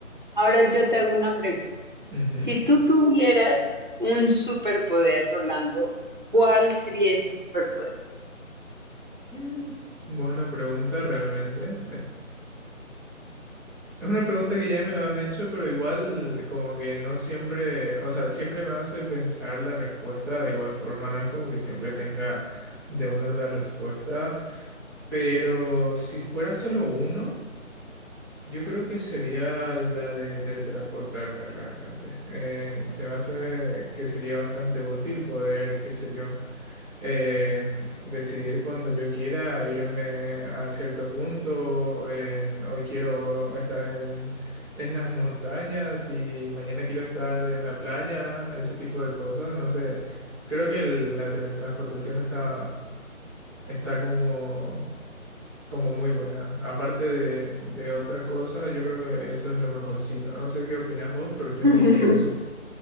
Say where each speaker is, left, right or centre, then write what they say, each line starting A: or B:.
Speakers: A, on the right; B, on the right.
A: ahora yo te hago una pregunta.
B: Ujú.
A: Si tú tuvieras un superpoder, Rolando, ¿cuál sería ese superpoder?
B: Mm, buena pregunta realmente. Es una pregunta que ya me lo han hecho, pero igual como que no siempre, o sea, siempre me hace pensar la respuesta de igual forma, no es como que siempre tenga de una la respuesta, pero si fuera solo uno, yo creo que sería la de teletransportarme realmente. Eh, se me hace que sería bastante útil poder, qué sé yo em, decidir cuando yo quiera irme a cierto punto. en- hoy quiero estar en, en las montañas y mañana quiero estar en la playa, ese tipo de cosas. No sé, creo que el- la teletransportación está, está como, como muy buena. Aparte de, de otra cosa, yo creo que eso es lo mejorcito. No sé qué opinas vos, pero yo
A: <laughs>
B: elegiría eso.